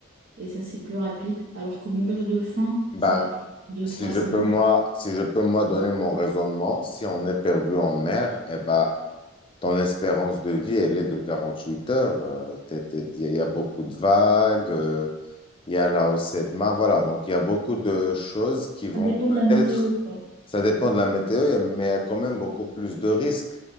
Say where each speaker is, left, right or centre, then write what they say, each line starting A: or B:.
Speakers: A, on the right; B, on the left.
A: Et ça, c'est plus rapide. Alors que mourir de faim,
B: Bah,
A: ça va prendre deux,
B: si
A: trois semaines.
B: je peux moi, si je peux moi donner mon raisonnement, si on est perdu en mer, eh bah, ton espérance de vie, elle est de 48 heures. Euh, t'es- t'es- Il y a beaucoup de vagues, euh, il y a la hausse de mar Voilà, donc il y a beaucoup de choses qui vont
A: Ça dépend de la météo,
B: peut-être,
A: quoi.
B: ça dépend de la météo, il y a- mais il y a quand même beaucoup plus de risques.